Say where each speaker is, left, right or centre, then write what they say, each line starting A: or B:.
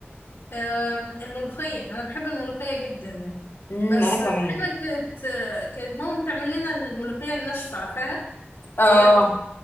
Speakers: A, on the left; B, on the left.
A: أم، الملوخيه انا بحب الملوخيه جدا يعني
B: امم
A: بس
B: انا كمان
A: دايما كانت كانت ماما بتعمل لنا الملوخيه الناشفه عارفاها
B: اه
A: اللي هي